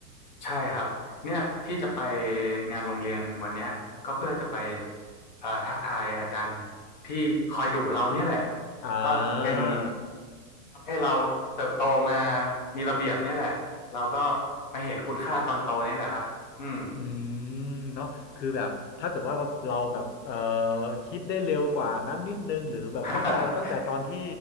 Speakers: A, on the left (about 30°); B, on the left (about 80°).
A: ใช่ครับเนี่ยที่จะไปงานโรงเรียนวันเนี้ยก็เพื่อจะไปอ่าทักทายอาจารย์ที่คอยดุเราเนี่ยแหละ
B: อ่า
A: ก็เป็น ทำให้เราเติบโตมามีระเบียบเนี่ยแหละ เราก็มาเห็นคุณค่าตอนโตเนี่ยแหละครับ อืม
B: อืมเนาะคือแบบถ้าเกิดว่าเราแบบเอ่อคิดได้เร็วกว่านั้นนิดนึงหรือแบบเข้าใจตั้งแต่ตอนที่
A: <laughs>